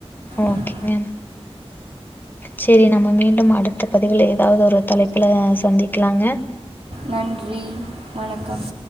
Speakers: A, on the left; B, on the right.
A: ஓகேங்க
B: ம்
A: சேரி நம்ம மீண்டும் அடுத்த பதிவுல ஏதாவது ஒரு தலைப்புல சந்திக்கலாங்க
B: நன்றி வணக்கம்